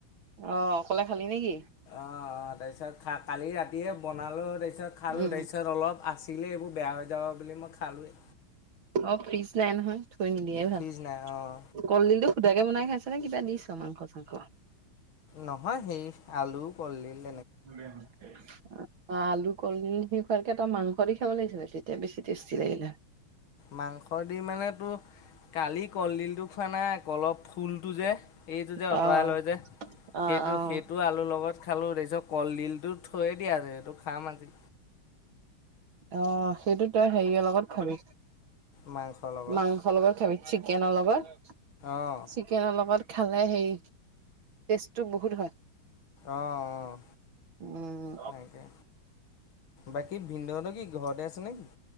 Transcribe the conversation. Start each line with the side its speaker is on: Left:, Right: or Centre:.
Right: অ, অকলে খালি নেকি?
Left: অ', অ', তাৰপিছত কা-কালি ৰাতিয়ে বনালো তাৰ- পিছত খালো
Right: উম
Left: তাৰপিছত
Right: উম।
Left: অলপ আছিলে এইবোৰ বেয়া হৈ যাব বুলি মই খালোয়ে।
Right: অ, ফ্ৰিজ নাই নহয় থৈ নিদিয়েই ভাল
Left: ফ্ৰিজ নাই অঁ
Right: কলডিল টো খুদাকে বনাই ছনে কিবা দিছ মাংস-চাংস?
Left: নহয় হেৰি আলু, কলদিল।
Right: <unintelligible> অ আলু কল সি খোৱোৱাৰকে এটা মাংস দি খাব লাগিছিলে তেতিয়া বেছি টেষ্টি লাগিলে
Left: মাংস দি মানে তো কালি কলডিলটো খোৱা নাই অলপ ফুলটো যে এইটো যে
Right: অ',
Left: অঁতৰাই লয় যে
Right: অ',
Left: সেইটো
Right: অ',
Left: সেইটো আলুৰ লগত খালো তাৰপিছত কলডিলটো থৈয়ে দিয়া আছে যে এইটো খাম আজি।
Right: অঁ, সেইটো তই হেৰি লগত খাবি
Left: মাংসৰ লগত
Right: মাংসৰ লগত খাবি। চিকেনৰ লগত
Left: অঁ
Right: চিকেনৰ লগত। খালে হে টেষ্টটো বহুত হয়।
Left: অঁ, অঁ
Right: উম,
Left: তেনেকে বাকী ভিনদৌহত কি ঘৰতে আছে নেকি?